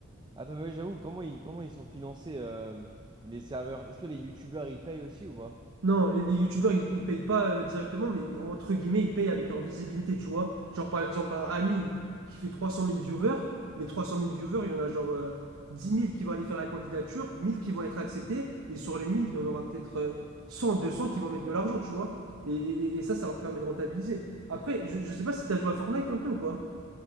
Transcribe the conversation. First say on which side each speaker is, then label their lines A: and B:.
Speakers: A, on the right; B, on the right.
A: Attends, mais ouais, j'avoue, comment ils, comment ils sont financés, euh, les serveurs? Est-ce que les youtubeurs, ils payent aussi ou pas?
B: Non, les, les youtubeurs, ils, ils payent pas euh, directement, mais entre guillemets, ils payent avec leur visibilité, tu vois. Genre, par exemple, un Amine qui fait 300 000 viewers, les 300 000 viewers, il y en a genre euh, 10 000 qui vont aller faire la candidature, 1000 qui vont être acceptés, et sur les 1000, il y en aura peut-être euh, 100, 200 qui vont mettre de l'argent, tu vois. Et, et- et ça, ça leur permet de rentabiliser. Après, je, je sais pas si t'as joué à Fortnite un peu ou pas,